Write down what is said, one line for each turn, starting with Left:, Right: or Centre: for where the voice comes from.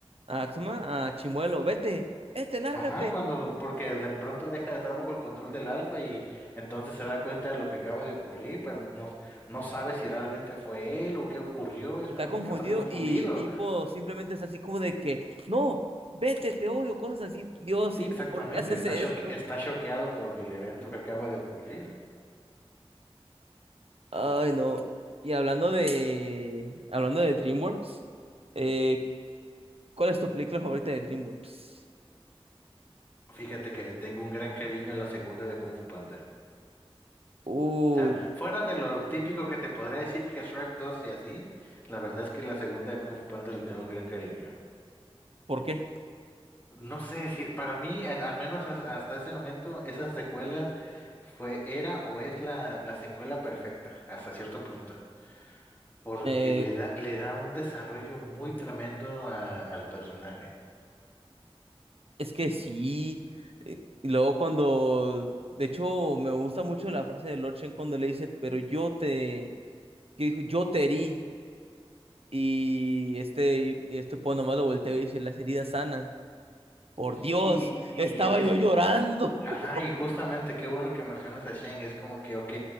Right: a, ¿cómo se llama? a Chimuelo, vete, vete, lárgate.
Left: Ajá, cuando, porque de pronto deja de estar bajo el control del alfa y entonces se da cuenta de lo que acaba de ocurrir, pero no, no sabe si realmente fue él o qué ocurrió, es
Right: Está
Left: como
Right: confundido
Left: que está confundido.
Right: y Hipo simplemente es así como de que, no, vete, te odio, cosas así. Dios,
Left: Sí,
Right: Hipo,
Left: exactamente.
Right: ¿por qué haces
Left: Está
Right: esto?
Left: shock- está choqueado por el evento que acaba de ocurrir.
Right: Ay, no. Y hablando de, hablando de DreamWorks, eh, ¿cuál es tu película favorita de DreamWorks?
Left: Fíjate que le tengo un gran cariño a la segunda de Kung Fu Panda.
Right: Uy,
Left: O sea, fuera de lo típico que te podría decir que Shrek 2 y así, la verdad es que la segunda de Kung Fu Panda le tengo un gran cariño.
Right: ¿por qué?
Left: No sé si para mí, al al menos has- hasta ese momento, esa secuela fue, era o es la, la secuela perfecta, hasta cierto punto. Porque
Right: Eh,
Left: le da, le da un desarrollo muy tremendo a- al personaje.
Right: es que sí. eh, y luego cuando, de hecho, me gusta mucho la frase de Lord Shen cuando le dice, pero yo te, que dijo, yo te herí, Y este, este po nomás lo volteo y dice, las heridas sanan. Por Dios,
Left: Sí, y
Right: estaba
Left: es,
Right: yo llorando. <laughs>
Left: Ajá, y justamente qué bueno que mencionas a Shen, es como que, ok,